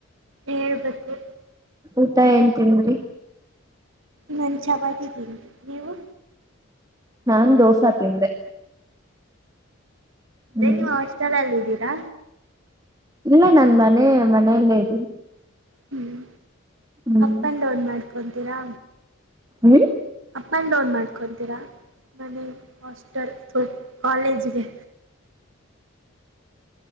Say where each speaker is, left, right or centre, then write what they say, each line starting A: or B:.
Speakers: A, on the right; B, on the right.
A: ಹೇಳ್ಬೇಕು
B: ಊಟ ಏನ್ ತಿಂದ್ರಿ
A: ನಾನ್ ಚಪಾತಿ ತಿಂದೆ ನೀವು
B: ನಾನು ದೋಸಾ ತಿಂದೆ.
A: ಅದೇ
B: ಹ್ಮ್
A: ನೀವು ಅಸ್ಟಲಲ್ ಇದಿದ್ದೀರಾ.
B: ಇಲ್ಲ ನನ್ ಮನೆ ಮನೆಯಲ್ಲೇ ಇದ್ದೀನಿ
A: ಹ್ಮ್
B: ಹ್ಮ್
A: ಅಪ್ ಅಂಡ್ ಡೌನ್ ಮಾಡ್ಕೊತೀರಾ
B: ಹ್ಮ್
A: ಅಪ್ ಆ್ಯಂಡ್ ಡೌನ್ ಮಾಡ್ಕೊತೀರಾ ಮನೆಗೆ ಹಾಸ್ಟೆಲ್ ಕಾಲೇಜಿಗೆ